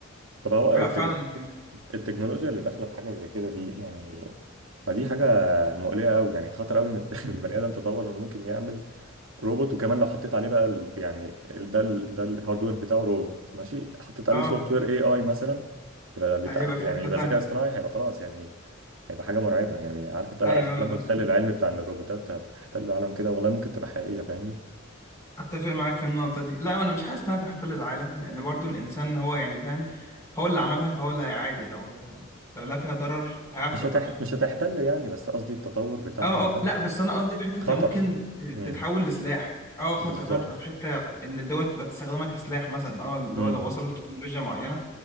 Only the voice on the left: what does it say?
لأ،
فعلا يعني،
أه
هيبقى في
حتة
تانية
أيوة
أتفق معاك في النقطة دي لا أنا مش حاسس إنها تحتل العالم لأن برضو الإنسان هو يعني فاهم هو اللي عملها فهو اللي هيعادي لو لو لا فيها ضرر هيعرف
يوقفها
أه أه
لا بس أنا قصدي في حتة
هي ممكن
تتحول لسلاح أه خطر
إنها تبقى في حتة إن الدول تبقى تستخدمها كسلاح مثلا أه اللي
هو لو وصلوا لتكنولوجيا معينة